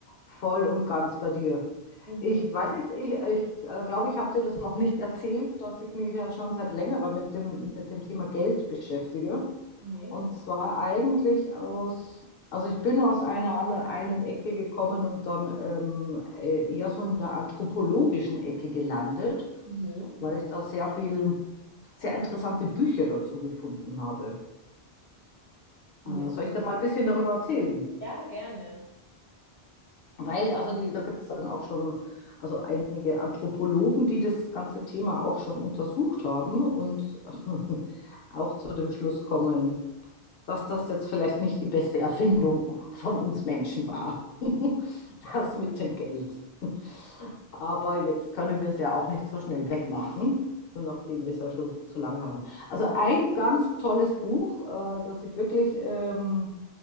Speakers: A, on the left (about 65°); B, on the right (about 25°).
A: voll und ganz bei dir.
B: Mhm.
A: Ich weiß nicht, ich glaube, ich, äh, glaub, ich habe dir das noch nicht erzählt, dass ich mich ja schon seit längerer mit dem, mit dem Thema Geld beschäftige.
B: Nee, noch
A: Und
B: nicht.
A: zwar eigentlich aus, also ich bin aus einer anderen einen Ecke gekommen und dann ähm, äh, eher so in der anthropologischen Ecke gelandet,
B: Mhm,
A: weil
B: okay.
A: ich da sehr viel, sehr interessante Bücher dazu gefunden habe.
B: Ja,
A: Äh, soll ich dir mal ein bisschen darüber erzählen?
B: Ja, gerne.
A: Weil, also die, da gibt es dann auch schon, also einige Anthropologen, die das ganze Thema auch schon untersucht haben und <laughs> auch zu dem Schluss kommen, dass das jetzt vielleicht nicht die beste Erfindung von uns Menschen war, <laughs>
B: ja.
A: das mit dem Geld. Aber jetzt können wir es ja auch nicht so schnell wegmachen, nachdem wir es ja schon so lange haben. Also ein ganz tolles Buch, äh, das ich wirklich ähm,